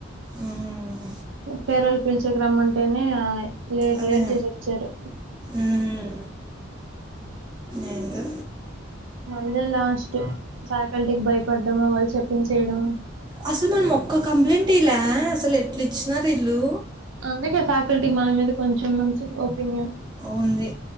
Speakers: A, on the right; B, on the right.
A: ఉమ్,
B: ఫేర్వెల్ కి పేల్చెకి రమ్మంటేనే లేట్
A: అదే
B: లేట్ చేసొచ్చారు
A: ఉమ్, ఏందో
B: మనదే లాస్ట్ ఫ్యాకల్టీకిి భయపడ్డము వాళ్ళు చెప్పింది చెయడం
A: అసలు మనం ఒక్క కంప్లైంట్ ఇయలే అసలు ఎట్ల ఇచ్చినారు ఇల్లు
B: అందుకే ఫ్యాకల్టీకి మన మీద కొంచెం మంచి ఒపీనియన్
A: ఉంది